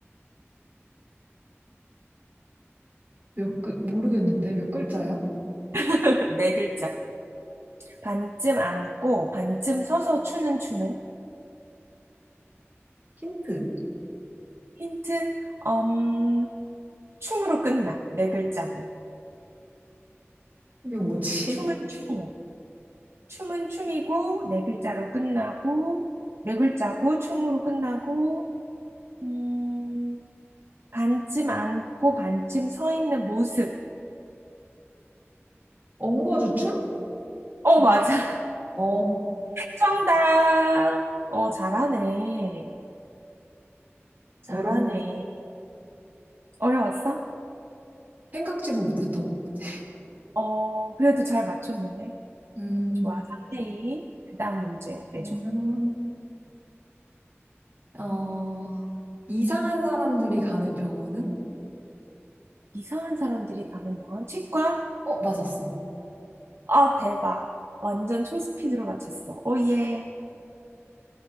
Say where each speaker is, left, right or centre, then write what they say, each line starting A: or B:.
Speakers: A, on the right; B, on the right.
A: 몇 글, 모르겠는데? 몇 글자야?
B: <laughs> 네 글자. 반쯤 앉고 반쯤 서서 추는 춤은?
A: 힌트.
B: 힌트, 음, 춤으로 끝나. 네 글자고.
A: 이게 뭐지?
B: 춤은 춤이고. 춤은 춤이고, 네 글자로 끝나고, 네 글자고, 춤으로 끝나고, 음, 반쯤 앉고 반쯤 서 있는 모습.
A: 엉거주춤?
B: 어,
A: 막,
B: 맞아.
A: 어,
B: 정답. 어, 잘하네. 잘하네.
A: 어려
B: 어려웠어?
A: 생각지도 못했던 것 같아.
B: 어, 그래도 잘 맞췄는데.
A: 음,
B: 좋아. 3대2. 그다음 문제
A: 그러면,
B: 내줘.
A: 어, 이상한 사람들이 가는 병원은?
B: 이상한 사람들이 가는 병원 치과?
A: 어, 맞았어.
B: 아, 대박. 완전 초스피드로 맞췄어. 오, 예.